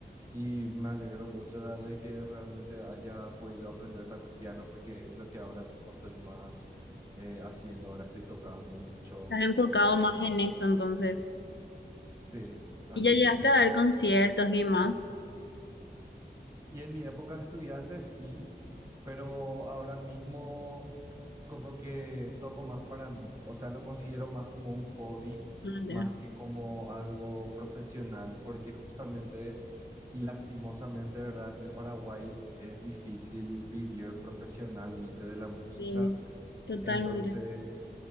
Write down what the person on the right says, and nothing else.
Y me alegro mucho de, de que realmente haya podido aprender también piano, porque es lo que ahora mismo estoy más eh, haciendo. Ahora estoy tocando mucho.
eh,
sí, así
mismo.
Y en mi época de estudiante, sí. pero ahora mismo como que toco más para mí, o sea, lo considero más como un hobby,
más
que como algo profesional, porque justamente y lastimosamente, ¿verdad? En Paraguay es difícil vivir profesionalmente de la música,
entonces